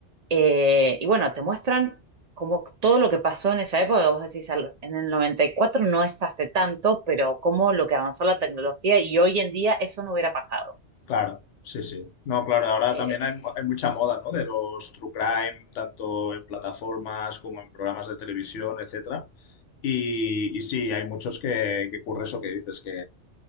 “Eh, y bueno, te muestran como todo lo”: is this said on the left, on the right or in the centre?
Right